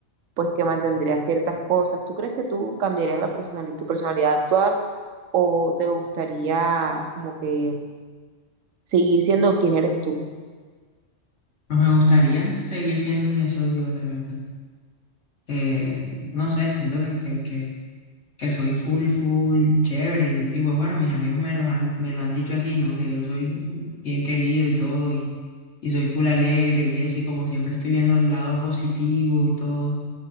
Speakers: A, on the right (about 90°); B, on the left (about 65°).
A: pues que mantendrías ciertas cosas, ¿tú crees que tú cambiarías la personali- tu personalidad actual o te gustaría como que seguir siendo quien eres tú?
B: Pues me gustaría seguir siendo quien soy yo, la verdad. Eh, no sé, siento que, que, que, que soy full, full, chévere. Y, y pues bueno, mis amigos me los han, me lo han dicho así, ¿no? Que yo soy bien querido y todo, y, y soy full alegre y eso, y como siempre estoy viendo el lado positivo y todo.